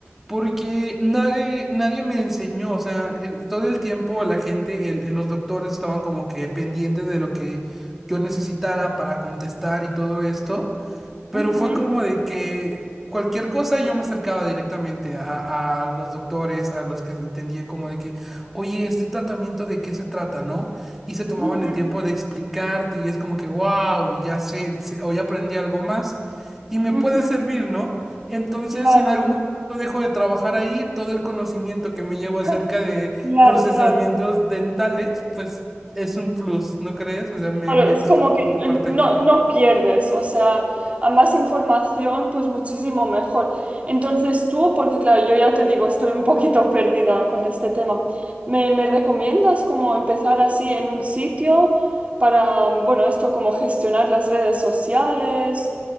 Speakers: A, in the centre; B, on the right.
A: porque nadie, nadie me enseñó, o sea, el- todo el tiempo la gente, el- el- los doctores estaban como que pendientes de lo que yo necesitara para contestar y todo esto pero
B: Ujú,
A: fue como de que cualquier cosa yo me acercaba directamente a, a los doctores, a los que atendían, como de que, oye, este tratamiento de qué se trata, ¿no? Y se tomaban
B: ujú,
A: el tiempo de explicarte y es como que, wow, ya sé, sé- hoy aprendí algo más y me
B: ujú.
A: puede servir, ¿no? Entonces,
B: Claro,
A: si en algún momento dejo de trabajar ahí, todo el conocimiento que me llevo acerca
B: <laughs>
A: de
B: claro,
A: procesamientos
B: claro.
A: dentales, pues es un plus, ¿no crees? O sea, me,
B: Claro,
A: me
B: es
A: gusta
B: como
A: mucho
B: que n-
A: esa parte.
B: no, no pierdes, o sea, a más información, pues muchísimo mejor. Entonces tú, porque claro, yo ya te digo, estoy un poquito <laughs> perdida con este tema, ¿me, me recomiendas como empezar así en un sitio para, mm, bueno, esto como gestionar las redes sociales